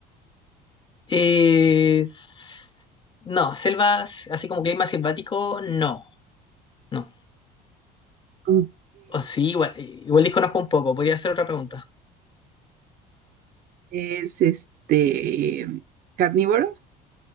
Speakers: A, on the left; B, on the right.
A: Eh, s- no, selvas, así como clima selvático, no. No.
B: Ok,
A: O sí, igual, igual desconozco un poco. Podría hacer otra pregunta.
B: ¿es este carnívoro?